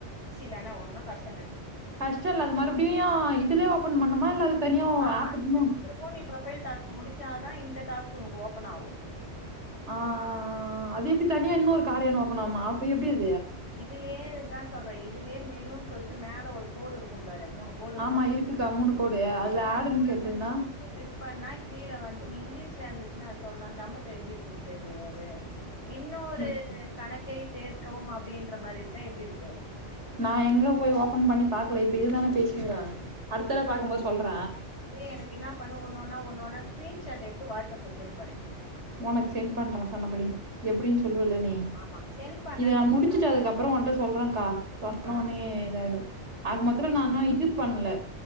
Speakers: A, on the left (about 65°); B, on the right (about 70°).
A: தென ஒன்னு கஸ்
B: கஷ்டோ இல்ல அது மறுபடியு யு இதுலயே ஓப்பன் பண்ணுமா இல்ல அது தனியா
A: ஆமா
B: ஆப்
A: இல்ல
B: இன்னும்
A: இந்த நம்பருக்கு நீ புரொபைல் டாஸ்க்கு முடுச் முடுச்சாதா இந்த டாஸ்க்கு உனக்கு ஓப்பன் ஆகு
B: ஆ ஆ ஆ ஆ அது எப்டி தனியா இன்னொரு காரியான் ஓப் போனாம அப்ப எப்டி இது
A: இதுலியேதா சொல்ற இத் இதுலயே மெனுன் சொல்ட்டு மேல ஒரு கோடு இருக்கும் பாரு மூணு கோடு இருக்கு
B: ஆமா இருக்குக்கா கோடு. அதுல
A: மூணு
B: ஆடுன்னு
A: கோட
B: கேட்டுதுன்னா,
A: வந்து கிளிக் பண்ணா கீழ வந்து நீ இங்கிலீஷ் சியா இருந்துச்சுன்னா அது சொல்லா தமிழ்ல எப்டி இருக்குன் தெர்லியே அது இன்னொரு
B: ம்.
A: கணக்கைஸ் சேர்க்கவும் அவ் அபடின்ற மாரி இருக்கா எப்டி இருக்கு
B: நா எங்க போய் ஓப்பன் பண்ணி பா தலைப்பு இதுதான பேசுங்க அடுத்தடவ பாக்கும் போது சொல்ற
A: அப்டியே எனக்கு என்ன பண்ணு ஒன்னொன்னா ஒன்னொன்னா ஸ்கிரீன் ஷாட் எடுத்து வாட்ஸ்ப்ல்ல சென்ட் பண்ணு
B: உனக்கு சென்ட் பண்ற சொன்னபடி எப்புடின்ஸ் சொல்லுவல்ல நீ
A: ஆமா சென்ட் பண்ணன்னு
B: இத நா
A: வச்சுக்கே
B: முடுச்சுட்டு அதுக்கப்புறோ உன்ட சொல்றங்கா சொன்னோனயே
A: ஆ
B: இதாயிடு ஆக
A: இதனால
B: மொத்தல
A: ஒரு
B: நா ஆனா இது பண்ல